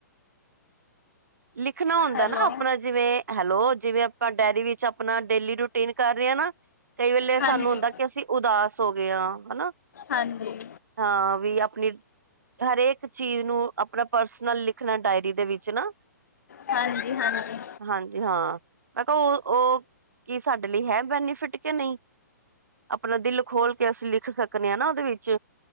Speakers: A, on the right; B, on the left.
A: ਲਿਖਣਾ ਹੁੰਦਾ
B: ਹੈਲੋ
A: ਨਾ ਆਪਣਾ ਜਿਵੇਂ ਹੈਲੋ ਜਿਵੇਂ ਆਪਾਂ ਡਾਇਰੀ ਵਿੱਚ ਆਪਣਾ ਡੇਲੀ ਰੂਟੀਨ ਕਰ ਰਹੇ। ਹੈ ਨਾ ਕਈ ਵੇਲੇ
B: ਹਾਂਜੀ
A: ਸਾਨੂੰ ਹੁੰਦਾ ਕਿ ਅਸੀਂ ਉਦਾਸ ਹੋ ਗਏ ਹਾਂ ਹੈ ਨਾ।
B: ਹਾਂਜੀ
A: ਹਾਂ ਵੀ ਆਪਣੀ ਹਰੇਕ ਚੀਜ਼ ਨੂੰ ਆਪਣਾ ਪਰਸਨਲ ਲਿਖਣਾ ਡਾਇਰੀ ਦੇ ਵਿੱਚ ਨਾ।
B: ਹਾਂਜੀ ਹਾਂਜੀ
A: ਹਾਂਜੀ ਹਾਂ, ਮੈਂ ਕਿਹਾ ਉਹ ਉਹ ਕੀ ਸਾਡੇ ਲਈ ਹੈ ਬੈਨੀਫਿਟ ਕਿ ਨਹੀਂ? ਆਪਣਾ ਦਿਲ ਖੋਲ ਕੇ ਅਸੀਂ ਲਿਖ ਸਕਨੇ ਆ ਨਾ ਉਹਦੇ ਵਿੱਚ।